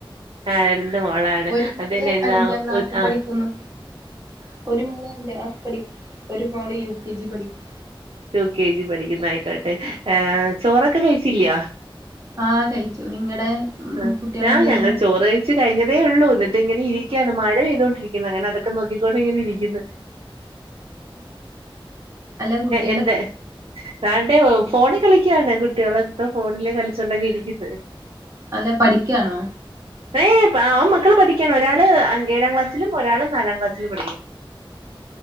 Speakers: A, on the right; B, on the right.
A: ആ രണ്ട മോളാണ്
B: ഒരു മോള്
A: അത്ന്നെന്താ
B: അഞ്ചാം ക്ലാസ്സിൽ
A: ആ
B: പഠിക്കുന്നു ഒരു മാള് അഞ്ച് ക്ലാസ് പഠിക്കും ഒരു മാള് യു പി ജി പഠിക്കും
A: ടു കെ ജി പഠിക്കുന്ന ആയിക്കോട്ടെ ഏർ ചോറൊക്കെ കഴിച്ചില്ല
B: ആഹ് കഴിച്ചു നിങ്ങടെ
A: ആ
B: കുട്ടികള്
A: ഞാൻ
B: എന്ത് ചെയ്യണ്
A: ഞങ്ങ ചോറ് കഴിച്ചു കഴിഞ്ഞതേ ഉള്ളൂ എന്നിട്ട് ഇ ഇങ്ങനെ ഇരിക്കയാണ് മഴ പെയ്തുകൊണ്ടിരിക്കുന്നത് അങ്ങനെ അതൊക്കെ നോക്കിക്കൊണ്ടണ്ട് ഇങ്ങനെ ഇരിക്കുന്നു
B: അല്ല കുട്ട
A: എന്ത രാണ്ട് ഫോണ കളിക്കയാണ്ട്ടി കുട്ടികളെൊക്കെ ഫോണിലേ കളിച്ചൊണ്ടാക്കി ഇരിക്കുന്നു
B: അല്ലെ പഠിക്കാണോ
A: ഏയ് പ ഓ മക്കള് പഠിയ്ക്കാണ് ഒരാള് അ ഏഴാം ക്ലാസ്സിലും ഒരാള് നാലാം ക്ലാസ്സിലും പഠിക്കു